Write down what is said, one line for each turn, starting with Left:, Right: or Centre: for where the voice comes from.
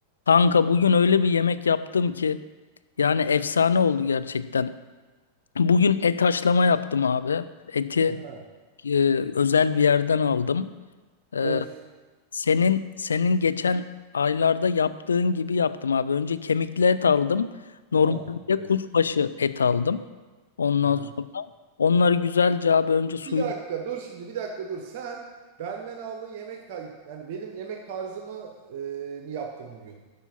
Left: Kanka bugün öyle bir yemek yaptım ki yani efsane oldu gerçekten. Bugün et haşlama yaptım abi. Eti
Right: Aha.
Left: e, özel bir yerden aldım. E,
Right: Of.
Left: senin senin geçen aylarda yaptığın gibi yaptım abi. Önce kemikli et aldım. Normalde
Right: ha Evet.
Left: kuşbaşı et aldım. Ondan
Right: Aha.
Left: sonra onları güzelce abi önce suyunu.
Right: Bir dakika dur şimdi bir dakika dur. Sen benden aldığın yemek tar yani benim yemek tarzımı e, mi yaptın bugün?